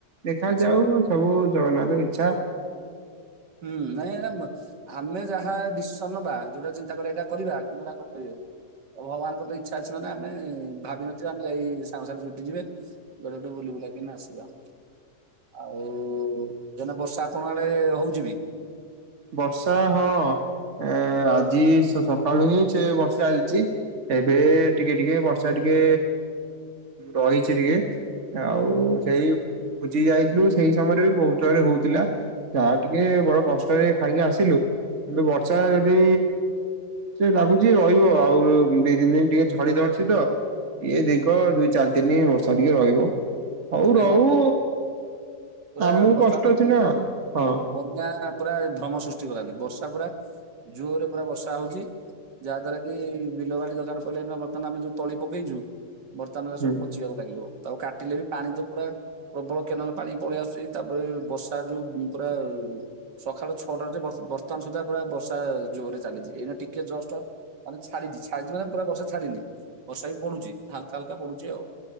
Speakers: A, on the right; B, on the right.
A: ଦେଖା
B: ଆଚ୍ଛା
A: ଯାଉ ସବୁ ଜଗନ୍ନାଥଙ୍କ ଇଚ୍ଛା।
B: ହୁଁ ନାଇଁ ଏରା ମ ଆମେ ଯାହା ଦିଶନ୍ ନବା ଯୋଉଟା ଚିନ୍ତା କରିବା ଏଇଟା କରିବା କିନ୍ତୁ ଏଟା କରିପାରିବାନି। ଭଗବାନଙ୍କ ତ ଇଚ୍ଛା ଅଛି ମାନେ ଆମେ ଭାବିନଥିବା ଆମେ ଯାଇ ସାଙ୍ଗସାଥି ଜୁଟି ଯିବେ। କୁଆଡେ ଗୋଟେ ବୁଲି ବୁଲାକିନା ଆସିବା। ଆଉ ଏଇନା ବର୍ଷା ଆପଣ ଆଡେ ହଉଛିିବି?
A: ବର୍ଷା ହଁ ଏ ଆଜି ସକାଳୁ ହିଁ ସେ ବର୍ଷା ଚାଲିଛି। ଏବେ ଟିକେ ଟିକେ ବର୍ଷା ଟିକେ ରହିଛି ଟିକେ। ଆଉ ସେଇ ବୁଜି ଯାଇଥିଲୁ ସେଇ ସମୟରେ ବି ବହୁତ ଜୋରେ ହଉଥିଲା। ଯହା ଟିକେ ବଡ କଷ୍ଟରେ ଖାଇକି ଆସିଲୁ କିନ୍ତୁ ବର୍ଷା ଯଦି ସେ ଲାଗୁଛି ରହିବ ଆଉ ଦି ତିନ ଦିନ ଟିକେ ଝଡି ଧରିଛି ତ। ଇଏ
B: ହୁଁ
A: ଦୀର୍ଘ
B: ହୁଁ
A: ଦୁଇ ଚାରି ତିନି ବର୍ଷା ଟିକେ ରହିବ। ହଉ
B: ନାଇଁ
A: ରହୁ
B: ଆମ ଇଆଡେ ପୁରା
A: ଆମକୁ
B: ବର୍ଷା
A: କଷ୍ଟ
B: ତ
A: ଅଛି ନା ହଁ।
B: ବନ୍ୟା ପୁରା ଭ୍ରମ ସୃଷ୍ଟି କଲାନି ବର୍ଷା ପୁରା ଜୋରରେ ପୁରା ବର୍ଷା ହଉଛି। ଯାହା ଦ୍ଵାରା କି ବିଲ ବାଡି ଦରକାର ପିଡିଲେ ବର୍ତ୍ତମାନ ଆମେ ଯୋଉ ତଳି ପକେଇଛୁ ବର୍ତ୍ତମାନ ଏରା
A: ହୁଁ।
B: ସବୁ ପଚିବାକୁ ଲାଗିବ ତାକୁ କାଟିଲେ ବି ପାଣି ତ ପୁରା ପ୍ରବଳ କେନାଲ ପାଣି ପଳେଇ ଆସୁଛି ତାପରେ ବର୍ଷା ଯୋଉ ପୁରା ସକାଳୁ ଛଅଟା ରୁ ଯେ ବା ବସ୍ତମାନ ସୁଦ୍ଧା ପୁରା ବର୍ଷା ଜୋରରେ ଚାଲିଛି ଏଇଟା ଟିକେ ଜଷ୍ଟ ମାନେ ଛାଡିଛି ଛାଡିଛି ମାନେ ପୁରା ବର୍ଷା ଛାଡିିନି, ବର୍ଷା ବି ପଡୁଛି ହାଲକା ହାଲକା ପଡୁଛି ଆଉ।